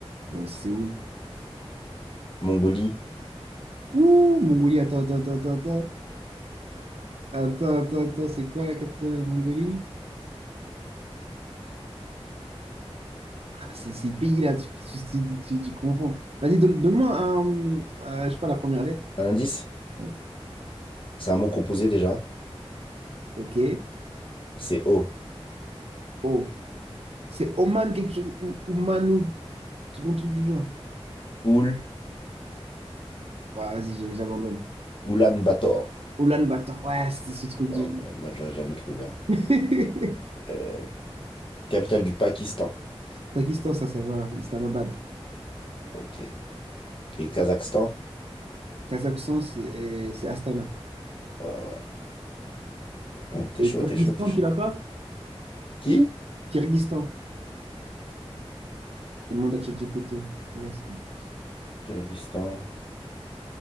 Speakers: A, on the right; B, on the left.
A: Ouais, c'est où?
B: Mongolie.
A: Ouh, Mongolie, attends, attends, attends, attends, attends. Attends, attends, attends, c'est quoi la capitale de la Mongolie? Ah, c'est ces pays-là, tu, tu, tu- tu- tu confonds. Vas-y, donne, moi un, euh, je sais pas, la première lettre.
B: Un indice?
A: Ouais.
B: C'est un mot composé déjà.
A: Ok.
B: C'est O.
A: O. C'est Oman, quelque chose, ou Oman, ou un truc du genre.
B: Oul,
A: Ah, Vas-y, j'ai- j'abandonne.
B: Oulan Bator.
A: Oulan-Bator, ouais, c'était ce truc
B: Wow,
A: de...
B: mais moi, j'aurais jamais trouvé un.
A: <laughs>
B: Euh, capitale du Pakistan.
A: Pakistan, ça, ça va. Islamabad.
B: Ok. Et Kazakhstan.
A: Kazakhstan, c'est eh, c'est Astana.
B: Ouais, ouais. Hum, t'es
A: Et
B: chaud,
A: Kyrgyzstan,
B: t'es chaud, t'es chaud.
A: tu l'as pas?
B: Qui?
A: Kyrgyzstan. Demande à ChatGPT. On va voir ce qu'il dit.
B: Kyrgyzstan.